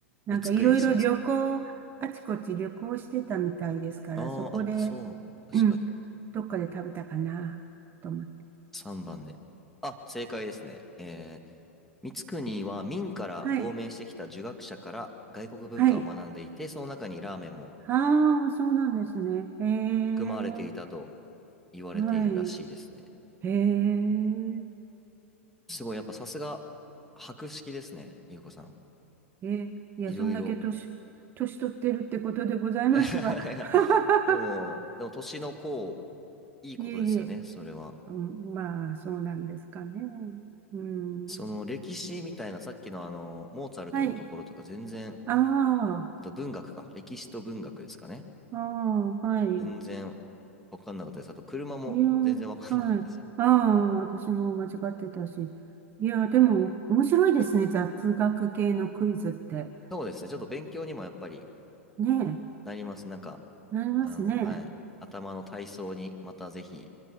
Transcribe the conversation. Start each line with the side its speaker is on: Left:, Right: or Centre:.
Right: なんかいろいろ旅行、
Centre: 光圀にしてますか。
Right: あちこち旅行してたみたいですから、
Centre: ああ、
Right: そこで、
Centre: あ、そう、
Right: うん、
Centre: 確かに。
Right: どっかで食べたかなと思って。
Centre: 3番で。あ、正解ですね。えー、光圀は明から亡命してきた儒学者から外国文化を学んでいて、
Right: はい。はい。
Centre: その中にラーメンも
Right: ああ、そうなんですね。ええ、
Centre: 含まれていたと言われているらしいですね。
Right: はい。ええ、
Centre: すごい、やっぱさすが、博識ですね、ゆうこさん。
Right: え、いや、
Centre: いろいろ。
Right: そんだけ年、年取ってるってことでございますわ。
Centre: <laughs> いや
Right: <laughs>
Centre: でも、でも年の功、いいことですよね、
Right: いえいえ、
Centre: それは。
Right: うん、まあ、そうなんですかね。うん。
Centre: その歴史みたいな、さっきのあの、モーツァルトのところとか全然、
Right: はい。ああ。
Centre: あと文学か、歴史と文学ですかね。
Right: ああ、はい。
Centre: 全然わかんなかったです。あと車も全然わかんなかったし。
Right: いや、はい。ああ、私も間違ってたし。いや、でも、面白いですね。雑学系のクイズって。
Centre: そうですね、ちょっと勉強にもやっぱり
Right: ね
Centre: なります。なんか、
Right: え、なりますね。
Centre: あの、はい。頭の体操にまたぜひ